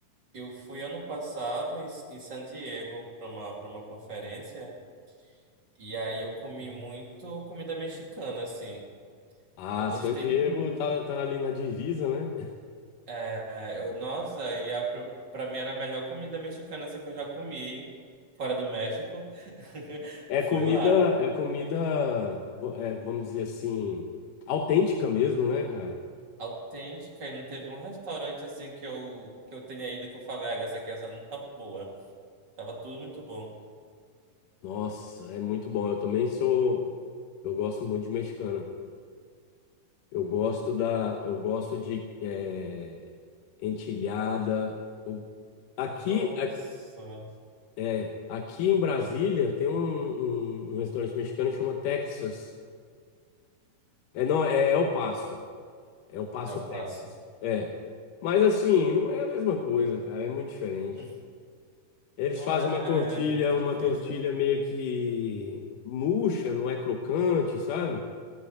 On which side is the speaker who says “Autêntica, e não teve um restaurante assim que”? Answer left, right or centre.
Right